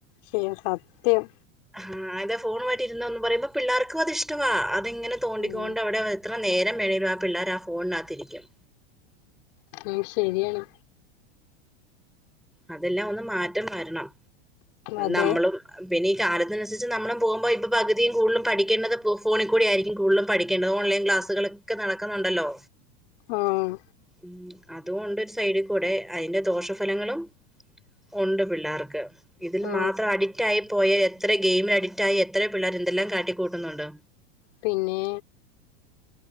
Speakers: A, on the left; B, in the centre.
A: ശേ സത്യം.
B: ഉം അതെ ഫോൺ മായിട്ടി ഇരുന്നോ ന്ന് പറയുമ്പോ പിള്ളേർക്കും അത് ഇഷ് ടവാ അത്ങ്ങനെ തോണ്ടിക്കൊണ്ട്
A: ഉം
B: അവിടെ എത്ര നേരം വേണെങ്കിലും ആ പിള്ളേർ ആ ഫോണ്നകത്തിരിക്കും
A: ഉം ശരിയാണ്
B: അതെല്ലാം ഒന്ന് മാറ്റം വരണം
A: അതെ
B: നമ്മളും പിന്നെ ഈ കാലത്തിനുസരിച്ച് നമ്മളും പോകുമ്പോ ഇപ്പ പകുതി കൂടുലും പഠിക്കേണ്ടത് ഫോണിൽ കൂടി ആയിരിക്കും കൂ <unintelligible> പഠിക്കേണ്ടത് ഓൺലൈൻ ക്ലാസ്സുകളൊക്കെ നടക്കുന്നുണ്ടല്ലോ
A: ആഹ്
B: ഉം അതുംണ്ട് ഒരു സൈഡ് ഉടെ അയ്ന്റെ ദോഷഫലങ്ങളും ഉണ്ട് പിള്ളേർക്ക് ഇതിൽ
A: ഓ
B: മാത്രം അടി റ്റായി പോയ എത്ര ഗെയിമിൽ അഡിക്റ്റ ആയി എത്ര പിള്ളേർ എന്തെല്ലാം കാട്ടിക്കൂട്ടുന്നുണ്ട്
A: പിന്നെ